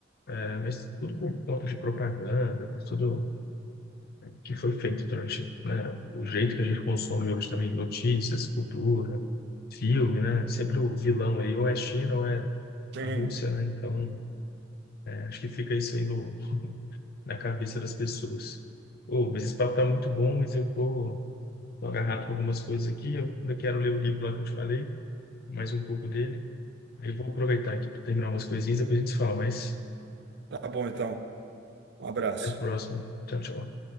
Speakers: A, on the left; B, on the right.
A: é, mas tudo por conta de propaganda, por tudo que foi feito durante, né, o jeito que a gente consome hoje também, notícias, cultura, filme, né? Sempre o vilão aí ou é China ou é
B: Sim,
A: a Rússia, né? Então, Acho que fica isso aí no, <laughs> na cabeça das pessoas. Oh, mas esse papo tá muito bom, mas eu tô, tô agarrado com algumas coisas aqui. Eu ainda quero ler o livro lá que eu te falei, mais um pouco dele. Aí eu vou aproveitar aqui para terminar umas coisinhas, depois a gente se fala, mas
B: tá bom então. Um abraço.
A: até a próxima. Tchau, tchau.